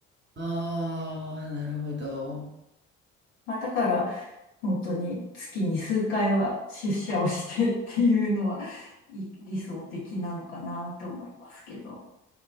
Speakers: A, on the right; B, on the left.
A: ああ、なるほど。
B: まあ、だから、本当に月に数回は出社をしてっていうのは、い理想的なのかなと思いますけど。